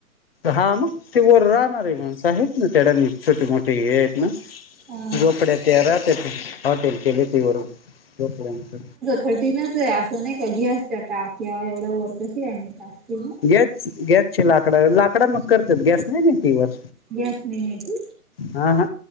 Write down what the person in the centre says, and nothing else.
हा
कठीणचय. असं नाही का, गॅसच्या टाक्या एवढ्या वर, कशी आणीत असतील ना.
गॅस नाही नेती?